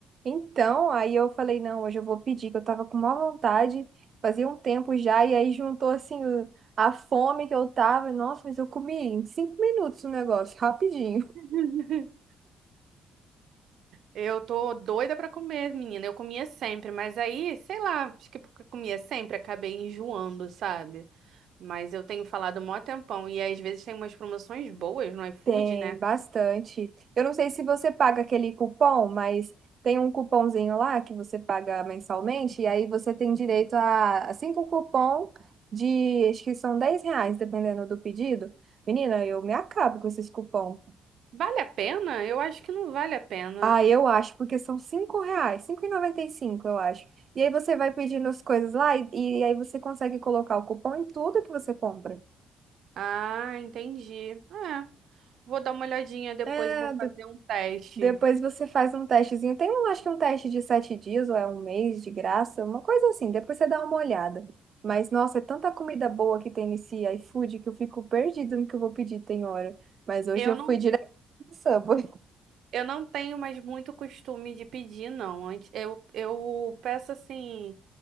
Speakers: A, on the right (about 50°); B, on the right (about 70°).
A: Então, aí eu falei, não, hoje eu vou pedir, que eu tava com má vontade, fazia um tempo já, e aí juntou assim o- a fome que eu tava. Nossa, mas eu comi em cinco minutos o negócio, rapidinho.
B: <laughs> Eu tô doida pra comer, menina. Eu comia sempre, mas aí, sei lá, acho que porque comia sempre, acabei enjoando, sabe? Mas eu tenho falado mó tempão e às vezes tem umas promoções boas no iFood,
A: Tem
B: né?
A: bastante. Eu não sei se você paga aquele cupom, mas tem um cupomzinho lá que você paga mensalmente, e aí você tem direito a, a cinco cupom de, acho que são 10 reais, dependendo do pedido. Menina, eu me acabo com esses cupom.
B: Vale a pena? Eu acho que não vale a pena.
A: Ah, eu acho, porque são cinco reais, cinco e e noventa e cinco eu acho. E aí você vai pedindo as coisas lá e, e aí você consegue colocar o cupom em tudo que você compra.
B: Ah, entendi. É, vou dar uma olhadinha depois,
A: É,
B: eu vou fazer um teste.
A: Depois você faz um testezinho. Tem um, acho que um teste de sete dias ou é um mês de graça, uma coisa assim. Depois você dá uma olhada. Mas, nossa, é tanta comida boa que tem nesse iFood que eu fico perdida no que eu vou pedir, tem hora. Mas hoje
B: Eu
A: eu
B: não
A: fui direto no Subway. <laughs>
B: Eu não tenho mais muito costume de pedir, não. Antes eu, eu peço assim,